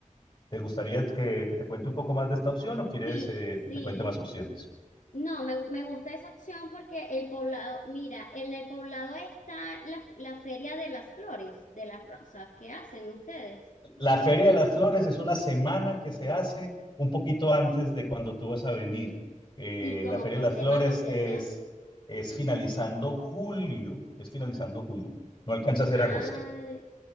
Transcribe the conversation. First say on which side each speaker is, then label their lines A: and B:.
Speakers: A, on the left (about 30°); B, on the left (about 65°).
A: ¿Te gustaría que, que te cuente un poco más de esta opción o quieres
B: Sí,
A: eh,
B: sí.
A: que te cuente más opciones?
B: No, me, me gusta esa opción porque el poblado, mira, en el poblado está la, la feria de las flores, de las rosas que hacen ustedes.
A: La Feria de las Flores es una semana que se hace un poquito antes de cuando tú vas a venir. Eh,
B: ¿Y como
A: la Feria
B: qué
A: de las
B: semana
A: Flores
B: sería?
A: es, es finalizando julio, es finalizando julio, no alcanza a ser
B: Ay,
A: agosto.